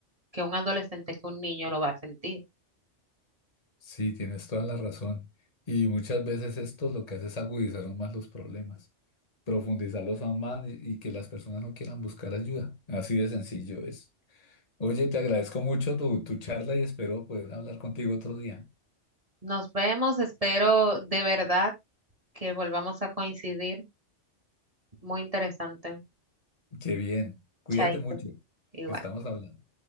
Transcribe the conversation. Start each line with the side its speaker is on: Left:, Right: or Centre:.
Right: que un adolescente, que un niño lo va a sentir?
Left: Sí, tienes toda la razón. Y muchas veces esto lo que hace es agudizar aún más los problemas, profundizarlos aún más y, y que las personas no quieran buscar ayuda. Así de sencillo es. Oye, te agradezco mucho tu, tu charla y espero poder hablar contigo otro día.
Right: Nos vemos, espero de verdad que volvamos a coincidir. Muy interesante.
Left: Qué bien. Cuídate
Right: Chaito,
Left: mucho.
Right: igual.
Left: Estamos hablando.